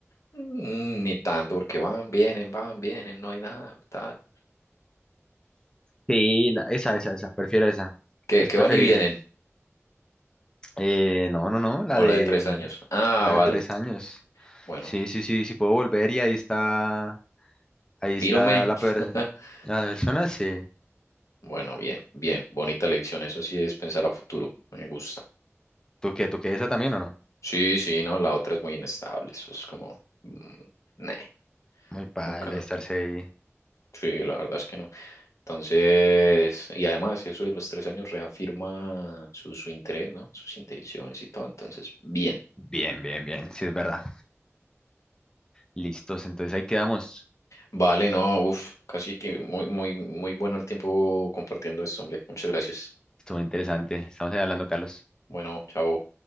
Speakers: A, on the left; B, on the left.
A: Mm, ni tanto, porque van, vienen, van, vienen, no hay nada, tal.
B: Sí, la- esa, esa, esa, prefiero esa.
A: ¿Qué,
B: Es
A: qué
B: preferible.
A: van y vienen?
B: Eh, no, no, no, la
A: O
B: de,
A: la de tres
B: mm,
A: años. Ah,
B: la
A: vale.
B: de tres años.
A: Bueno,
B: Sí, sí, sí, sí puedo volver y ahí está, ahí está
A: firme.
B: la, per-
A: <laughs>
B: la persona, sí.
A: Bueno, bien, bien. Bonita lección. Eso sí es pensar a futuro. Me gusta.
B: ¿Tú qué, tú qué, esa también o no?
A: Sí, sí, no, la otra es muy inestable. Eso es como. mm, neh,
B: Muy padre
A: nunca.
B: estarse ahí.
A: Sí, la verdad es que no. Entonces, y además eso de los tres años reafirma su, su interés, ¿no? Sus intenciones y todo. Entonces, bien.
B: Bien, bien, bien. Sí, es verdad. Listos. Entonces ahí quedamos.
A: Vale, no, uff, casi que muy, muy, muy bueno el tiempo compartiendo esto, hombre. Muchas gracias.
B: Estuvo interesante. Estamos ahí hablando, Carlos.
A: Bueno, chao.